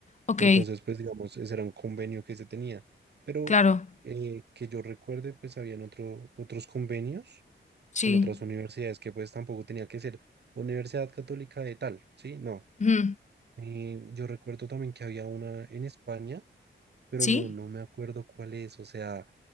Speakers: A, on the left; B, on the right.
A: Ok.
B: Entonces, pues, digamos, ese era un convenio que se tenía, pero
A: Claro.
B: eh, que yo recuerde, pues, habían otro, otros convenios
A: Sí.
B: con otras universidades que pues tampoco tenía que ser Universidad Católica de tal, ¿sí? No.
A: Ujú.
B: Eh, yo recuerdo también que había una en España, pero
A: ¿Sí?
B: no, no me acuerdo cuál es, o sea,